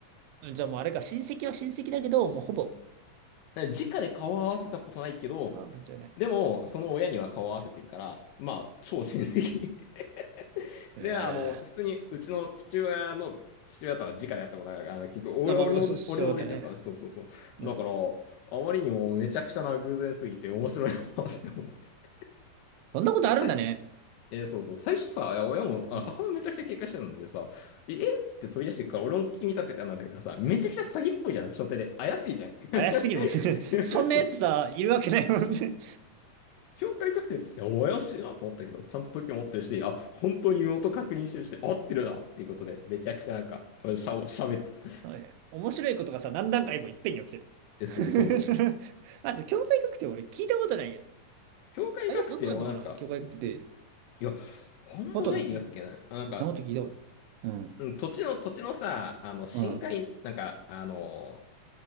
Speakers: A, on the right (about 85°); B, on the left (about 80°).
A: じゃあもうあれか、親戚は親戚だけど、もうほぼ、
B: <laughs> 直で顔を合わせたことないけど、
A: あ、関係ない。
B: でも、その親には顔を合わせてるから、まあ、超親戚。<laughs>
A: ええ
B: で、あの、普通に、うちの父親の父親とは直で会ったことあるから、結局、俺、
A: あ、まあまあ、
B: 俺の、
A: そ、そういうことだね。
B: 俺のおじいちゃんとはね、そうそうそう。
A: うん。
B: だから、あまりにもめちゃくちゃな偶然すぎて面白いなって思って。
A: そんなことあるんだね。
B: さいえーそうそう。最初さ、いや親も、あ母親めちゃくちゃ警戒してたんだけどさ、
A: うん。
B: ええっつって飛び出してくから、俺も気に立ててたんだけどさ、めちゃくちゃ詐欺っぽいじゃん、初手で。怪しいじゃん。
A: 怪しすぎるもんね。
B: <laughs>
A: <laughs> そんなやつさ、
B: そうそう。
A: いるわけないもんね。
B: 境界確定としては、お、怪しいなと思ったけど、ちゃんと時も持ってるし、あ、本当に身元確認してるし、合ってるなっていうことで、めちゃくちゃなんか、しゃ、喋ってた。
A: <laughs> そうね。面白いことがさ、何段階もいっぺんに起きてる。
B: え、
A: <laughs>
B: そうそうそう。
A: そのまず、教会学って俺聞いたことないけど。
B: 境界確定もなんか、
A: あ、よく、よくあるのかな教会学って。
B: いや、あんまない気がするけどね。
A: ことない。
B: あ、なんか、
A: そんなこと聞いたこと。うん。
B: うん、土地の、土地のさ、あの、深海、
A: うん。
B: なんか、あのー